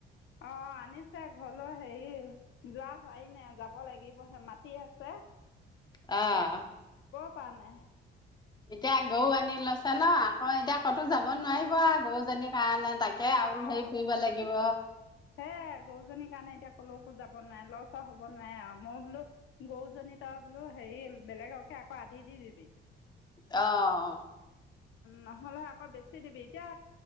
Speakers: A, on the left; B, on the left.
A: অঁ আনিছে ঘ'লো হেৰি যোৱা হয় নাই যাব লাগিবহে মাটি আছে
B: অ
A: পোৱা নাই
B: এতিয়া গৰু আনি লৈছে ন আকৌ এতিয়া ক'তো যাব নোৱাৰিব গৰুজনীৰ কাৰণে তাকে
A: অ
B: আউল
A: হে
B: ধৰি ফুৰিব
A: গৰুজনীৰ
B: লাগিব।
A: কাৰণে এতিয়া কলোকো যাব নোৱাৰে লৰচৰ হ'ব নোৱাৰে আৰু মই বোলো গৰুজনী তই বোলো হেৰি বেলেগকে আকৌ আধি দি দিবি
B: আহ
A: নহলে আকৌ বেছি দিবি এতিয়া